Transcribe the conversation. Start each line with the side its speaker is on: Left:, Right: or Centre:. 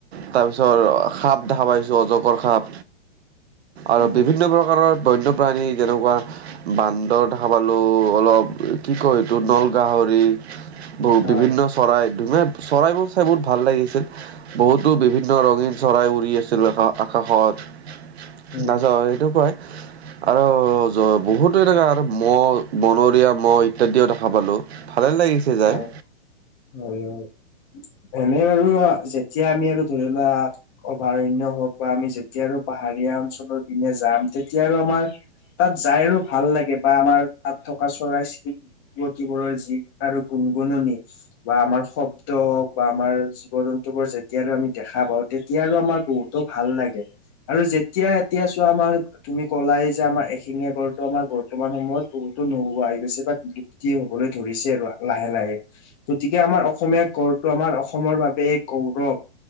Right: তাৰপিছত সাপ দেখা পাইছো অজগৰ সাপ আৰু
Left: উম
Right: বিভিন্ন প্ৰকাৰৰ বন্যপ্ৰাণী যেনেকুৱা বান্দৰ দেখা পালো অলপ কি কয় এইটো নল গাহৰি। বহু
Left: হয়
Right: বিভিন্ন চৰাই ধুনীয়া চৰাইবোৰ চাই বহুত ভাল লাগিছিল। বহুতো বিভিন্ন ৰঙীন চৰাই উৰি আছিল আকাশত।
Left: উম
Right: নাযাও এইটো কয়। আৰু বহুতো এনেকা আৰু মহ বনৰীয়া মহ ইত্যাদিও দেখা পালোঁ। ভালে লাগিছে যাই
Left: হয় হয় হয় এনে বাৰু যেতিয়া আমি আৰু ধৰি লোৱা অভয়াৰণ্য হওক বা আমি যে তিয়া আৰু পাহাৰীয়া অঞ্চলৰ পিনে যাম তেতিয়া আৰু আমাৰ তাত যায় আৰু ভাল লাগে। বা আমাৰ তাত থকা চৰাই - চিৰিকটিবোৰৰ যি আৰু গুণ - গুণনি বা আমাৰ শব্দ হওক বা আমাৰ জীৱ - জন্তুবোৰ যেতিয়ালৈ আমি দেখা পাওঁ তেতিয়াৰো আমাৰ বহুতো ভাল লাগে আৰু যেতিয়া এতিয়া চোৱা আমাৰ তুমি ক'লাই যে আমাৰ এশিঙিয়া গড়টো আমাৰ বৰ্তমান সময়ত বহুতো নোহোৱা আহি গৈছে বা কি হ'বলৈ ধৰিছে আৰু। লাহে - লাহে গতিকে আমাৰ অসমীয়া গড়টো আমাৰ অসমৰ বাবে এই গৌৰৱ।